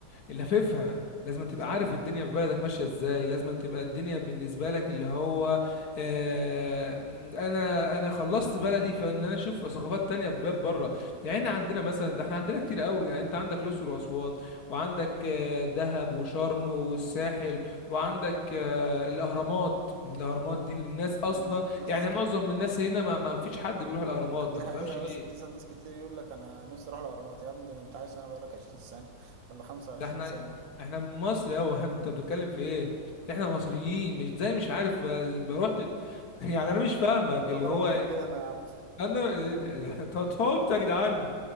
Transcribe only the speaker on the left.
لففها لازم تبقى
عارف الدنيا في بلدك ماشية ازاي لازم تبقى الدنيا بالنسبة لك اللي هو آه، انا انا خلصت بلدي فان انا اشوف ثقافات تانية في بلاد بره يعني احنا عندنا مثلا ده احنا عندنا كتير قوي يعني انت عندك الاقصر واسوان وعندك آه، دهب وشرم والساحل
وعندك آه، الاهرامات الاهرامات دي للناس اصلا
يعني
معظم الناس هنا ما ما فيش حد بيروح الاهرامات
ما تفهمش
ليه
ده احنا
احنا من مصر يا هو انت بتتكلم في ايه احنا مصريين مش زي مش عارف آه، ما رحت <laughs> يعني انا مش فاهمك اللي
هو
انا <laughs> احنا صعبت يا جدعان